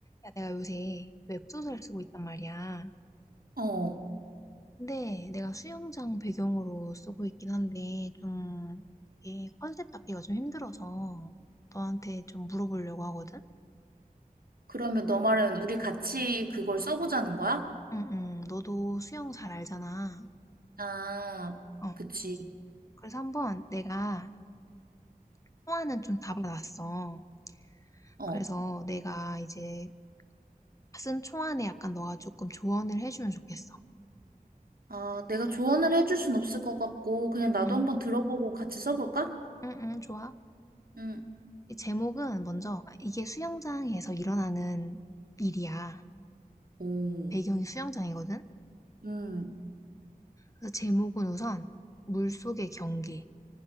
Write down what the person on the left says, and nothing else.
야, 내가 요새 웹소설 쓰고 있단 말이야.
근데 내가 수영장 배경으로 쓰고 있긴 한데, 좀, 이게 컨셉 잡기가 좀 힘들어서 너한테 좀 물어보려고 하거든?
응, 응. 너도 수영 잘 알잖아.
어.
그래서 한번 내가 초안은 좀 잡아놨어.
그래서 내가 이제 쓴 초안에 약간 너가 조금 조언을 해주면 좋겠어.
응,
응, 응, 좋아.
이 제목은 먼저, 이게 수영장에서 일어나는 일이야.
배경이 수영장이거든?
그래서 제목은 우선 물속의 경기로